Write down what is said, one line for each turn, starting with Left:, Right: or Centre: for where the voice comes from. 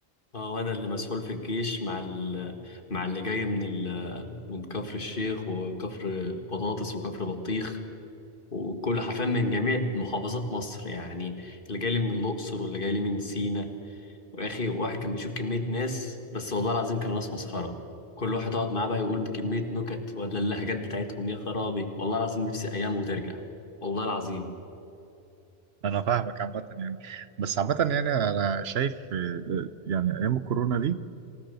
Left: اه وانا اللي مسحول في الجيش مع ال... مع اللي جاي من ال... من كفر الشيخ وكفر بطاطس وكفر بطيخ وكل حرفيا من جميع محافظات مصر يعني اللي جاي لي من الأقصر واللي جاي لي من سينا وأخي واحد كان بيشوف كمية ناس بس والله العظيم كانوا ناس مسخرة كل واحد أقعد معاه بقى يقول كمية نكت ولا اللهجات بتاعتهم يا خرابي والله العظيم نفسي أيام وترجع والله العظيم
Right: أنا فاهمك عامة يعني بس عامة يعني أنا شايف آه، يعني أيام الكورونا دي